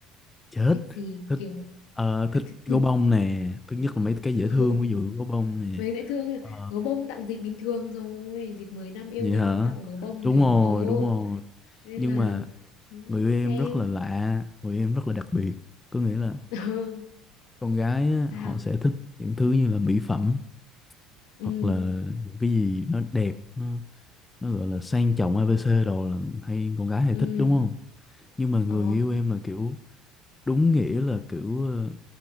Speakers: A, on the left (about 15°); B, on the left (about 75°).
A: chết
B: thích gì
A: thích
B: kiểu
A: ờ,
B: <laughs>
A: thích
B: thích...
A: gấu bông nè thứ nhất là mấy cái dễ
B: <laughs>
A: thương ví dụ gấu bông nè
B: Mấy dễ thương
A: Ờ,
B: gấu bông tặng dịp bình thường rồi dịp mới năm yêu
A: vậy
B: nhau
A: hả
B: tặng gấu bông
A: đúng
B: thì
A: rồi
B: ồ
A: đúng rồi
B: nên
A: nhưng
B: là
A: mà
B: ừ,
A: người yêu em
B: xem
A: rất là lạ người yêu em rất là đặc biệt có nghĩa là
B: <laughs> Ờ,
A: con gái á,
B: sao
A: họ sẽ thích những thứ như là mỹ phẩm
B: ừ
A: hoặc là những cái gì nó đẹp nó nó gọi là sang trọng A ABC đồ là hay con gái hay
B: ừ
A: thích đúng không nhưng mà người
B: ồ
A: yêu em là kiểu đúng nghĩa là kiểu ờ,